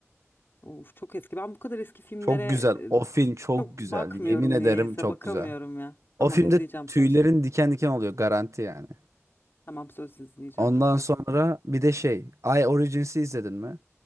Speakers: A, on the left; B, on the right.
A: Of çok eski. Ben bu kadar eski filmlere
B: Çok güzel.
A: e,
B: O film çok
A: çok
B: güzel.
A: bakmıyorum
B: Yemin ederim
A: niyeyse
B: çok
A: bakamıyorum
B: güzel.
A: ya. Tamam
B: O filmde
A: izleyeceğim
B: tüylerin
A: söz.
B: diken diken oluyor garanti yani.
A: Tamam söz izleyeceğim
B: Ondan
A: bakacağım.
B: sonra bir de şey I Origins'i izledin mi?